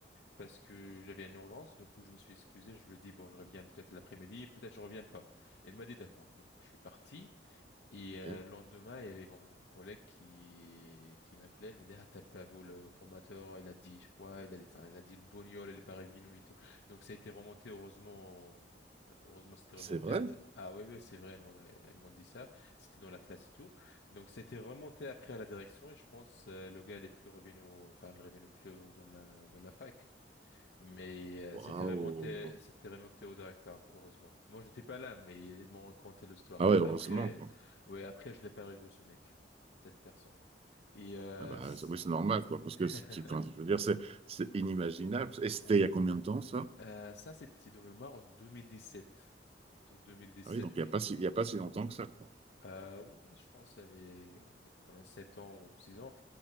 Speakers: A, on the left; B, on the right.
A: parce que j'avais une urgence. Du coup, je me suis excusé. Je lui ai dit, bon, je reviens peut-être l'après-midi et peut-être je reviens pas. Elle m'a dit d'accord. Donc, je suis parti. Et euh,
B: Oui.
A: le lendemain, il y avait mon collègue qui, qui m'appelait. Elle me dit, ah, t'as pas vu le formateur. Elle a dit, je crois, elle a dit, enfin, elle a dit le Bognol et le Parevino et tout. Donc, ça a été remonté, heureusement. euh, Heureusement, c'était
B: C'est
A: remonté
B: vrai?
A: à... Ah oui, oui, c'est vrai, elles m'ont elles m'ont dit ça. C'était dans la classe et tout. Donc, c'était remonté après à la direction et je pense euh, le gars, il est plus revenu, au- enfin, il est revenu plus haut dans la, dans la fac. Mais euh,
B: Waouh!
A: c'était remonté, c'était remonté au directeur, heureusement. Moi, j'étais pas là, mais ils m'ont raconté l'histoire.
B: Ah ouais, heureusement,
A: Après,
B: quoi.
A: ouais, après, je l'ai pas revu ce mec, cette personne. Et euh,
B: Ah bah,
A: c-
B: c'est- oui, c'est normal, quoi, parce que si
A: <laughs>
B: tu, enfin, je veux dire, c'est c'est inimaginable. Et c'était
A: oh,
B: il y a combien de temps, ça?
A: euh, ça, c'était de mémoire en 2017. En 2017,
B: Ah oui, donc
A: oui.
B: il n'y a pas si, il y a pas si longtemps que ça, quoi.
A: Euh, ouais, je pense qu'il y avait, il y avait quand même 7 ans ou 6 ans.